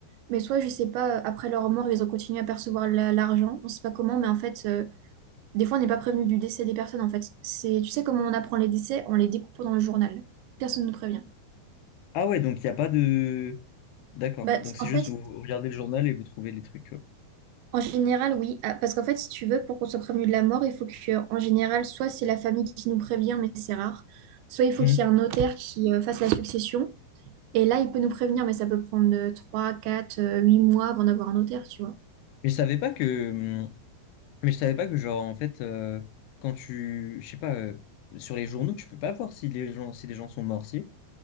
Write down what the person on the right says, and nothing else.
Mais soit, je sais pas, après leur mort, ils ont continué à percevoir la- l'argent. On sait pas comment, mais en fait, euh, des fois, on n'est pas prévenu du décès des personnes, en fait. C'est, tu sais comment on apprend les décès? En les découpant dans le journal. Personne ne prévient.
Bah,
t-
en
fait,
en général, oui. Ah, Parce qu'en fait, si tu veux, pour qu'on soit prévenu de la mort, il faut que, euh, en général, soit c'est la famille qui nous prévient, mais c'est rare. Soit il faut
qu'il y ait un notaire qui euh, fasse la succession. Et là, il peut nous prévenir, mais ça peut prendre euh, 3 4 euh, 8 mois avant d'avoir un notaire, tu vois.